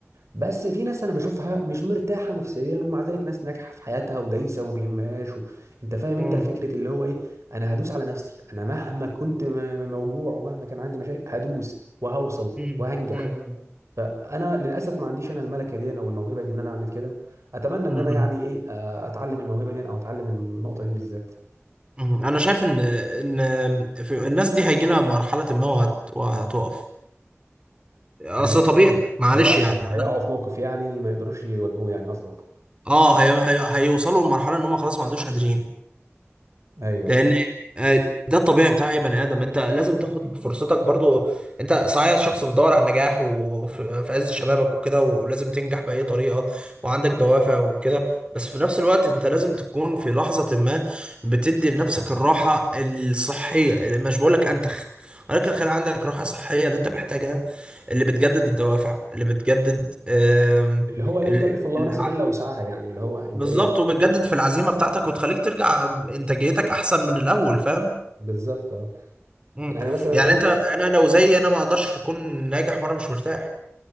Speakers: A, on the right; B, on the right.
A: بس في ناس انا بشوفها مش مرتاحه نفسيا ومع ذلك ناس ناجحه في حياتها ودايسه وما بيهمهاش و... انت فاهم
B: <laughs>
A: انت
B: مم.
A: الفكره اللي هو ايه انا هدوس على نفسي انا مهما كنت م- موجوع ومهما كان عندي مشاكل هدوس وهوصل
B: مم،
A: وهنجح
B: مم،
A: فانا للاسف ما عنديش انا الملكه دي او الموهبه دي ان انا اعمل كده اتمنى ان
B: مم.
A: انا يعني ايه آه، اتعلم الموهبه دي او اتعلم النقطه دي بالذات
B: مم. انا شايف ان ان في الناس دي هيجي لها مرحله ما وهت... وهتقف اصل
A: يعني
B: طبيعي معلش
A: هيقع
B: يعني
A: هيقعوا في موقف يعني ما يقدروش يواجهوه يعني قصدك
B: اه هي... هي... هيوصلوا لمرحله ان هم خلاص ما عندوش قادرين
A: ايوه
B: لان
A: ايوه
B: آه، ده الطبيعي بتاع اي بني ادم انت لازم تاخد فرصتك برضو انت صحيح شخص بتدور على النجاح وفي في عز شبابك وكده ولازم تنجح باي طريقه وعندك دوافع وكده بس في نفس الوقت انت لازم تكون في لحظه ما بتدي لنفسك الراحه الصحيه اللي مش بقول لك انتخ ولكن خلي عندك راحه صحيه اللي انت محتاجها اللي بتجدد الدوافع اللي بتجدد آم،
A: اللي هو لا
B: ال-
A: يكلف الله
B: الع-
A: نفسا الا وسعها يعني اللي هو انت
B: بالظبط
A: ايه
B: وبتجدد في العزيمه بتاعتك وتخليك ترجع انتاجيتك احسن من الاول فاهم
A: بالظبط اه
B: مم.
A: يعني مثلا
B: يعني
A: انا
B: انت انا لو زي انا ما اقدرش اكون ناجح وانا مش مرتاح